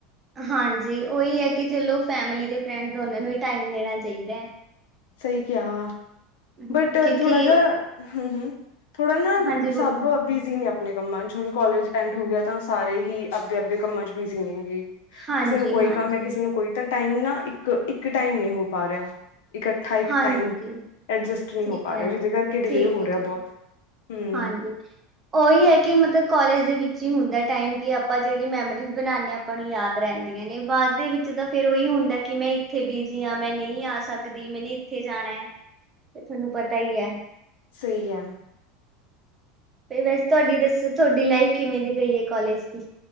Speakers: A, on the right; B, on the left.
A: ਹਾਂਜੀ ਓਹੀ ਹੈ ਕਿ ਚਲੋ ਫੈਮਿਲੀ ਤੇ ਫਰੈਂਡ ਦੋਨਾਂ ਨੂੰ ਹੀ ਟਾਈਮ ਦੇਣਾ ਚਾਹੀਦਾ ਹੈ
B: ਸਹੀ ਕਿਹਾ ਆ
A: ਹਮ,
B: ਬਟ
A: ਕਿਉਂਕਿ
B: ਥੋੜਾ ਜਿਹਾ ਹਮ ਹਮ ਥੋੜਾ ਨਾ
A: ਹਾਂਜੀ ਬੋਲ
B: ਸਭ ਬਿਜ਼ੀ ਨੇ ਆਪਾਂ ਆਪਣੇ ਕੰਮਾਂ ਚ ਹੁਣ ਕੋਲਜ ਐਂਡ ਹੋ ਗਿਆ ਤਾਂ ਸਾਰੇ ਹੀ ਆਪਦੇ ਆਪਦੇ ਕੰਮਾਂ ਚ ਬਿਜ਼ੀ ਨੇਗੇ
A: ਹਾਂਜੀ
B: ਕਿਸੇ ਨੂੰ ਕੋਈ
A: ਹਾਂਜੀ
B: ਕੰਮ ਹੈ ਕਿਸੇ ਨੂੰ ਕੋਈ ਧੱਕ ਟਾਈਮ ਨਾ ਇੱਕ ਇੱਕ ਟਾਈਮ ਨੀ ਹੋ ਪਾ ਰਿਹਾ ਇਕੱਠਾ ਇੱਕ
A: ਹਾਂਜੀ
B: ਟਾਈਮ ਐਡਜਸਟ ਨਹੀਂ
A: ਠੀਕ
B: ਹੋ ਪਾ
A: ਹੈ
B: ਰਿਹਾ ਜਿਹਦੇ ਕਰਕੇ ਡਿਲੇ
A: ਠੀਕ
B: ਹੋ
A: ਹੈ
B: ਰਿਹਾ
A: ਠੀਕ
B: ਬਹੁਤ
A: ਹੈ
B: ਹੂੰ
A: ਹਾਂਜੀ ਉਹੀ ਹੈ ਕਿ ਮਤਲਬ ਕੋਲਜ ਦੇ ਵਿੱਚ ਵਿੱਚ ਹੀ ਹੁੰਦਾ ਟਾਈਮ ਕਿ ਆਪਾਂ ਜਿਹੜੀ ਮੈਮਰੀਜ਼ ਬਣਾਉਂਦੇ ਹਾਂ ਆਪਾਂ ਨੂੰ ਯਾਦ ਰਹਿੰਦੀਆਂ ਨੇ ਬਾਅਦ ਦੇ ਵਿੱਚ ਤਾਂ ਫੇਰ ਉਹੀ ਹੁੰਦਾ ਕਿ ਮੈਂ ਇੱਥੇ ਬਿਜੀ ਹਾਂ ਮੈਂ ਨਹੀਂ ਆ ਸਕਦੀ ਮੈਨੇ ਇੱਥੇ ਜਾਣਾ ਹੈ ਤੇ ਤੁਹਾਨੂੰ ਪਤਾ ਹੀ ਹੈ
B: ਸਹੀ ਐ
A: ਤੇ ਵੈਸੇ ਤੁਹਾਡੀ ਦੱਸ ਤੁਹਾਡੀ ਲਾਈਫ ਕਿਵੇਂ ਦੀ ਗਈ ਹੈ ਕਾਲੇਜ ਦੀ